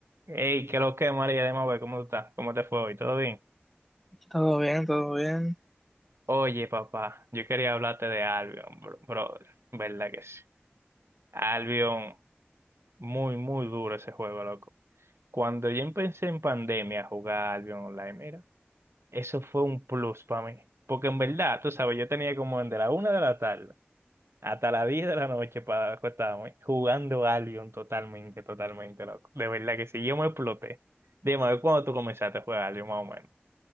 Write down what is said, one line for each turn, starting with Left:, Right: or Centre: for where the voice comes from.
Right: Hey, ¿qué lo que, María de Mabel? ¿Cómo tú estás? ¿Cómo te fue hoy? ¿Todo bien?
Centre: Todo bien, todo bien.
Right: Oye, papá, yo quería hablarte de Albion, bro, brother. ¿Verdad que sí? Albion, muy, muy duro ese juego, loco. Cuando yo empecé en pandemia a jugar Albion Online, mira, eso fue un plus para mí. Porque en verdad, tú sabes, yo tenía como desde la una de la tarde hasta las 10 de la noche para acostarme jugando Albion totalmente, totalmente, loco. De verdad que sí, yo me exploté. Dime, a ver, ¿cuándo tú comenzaste a jugar Albion más o menos?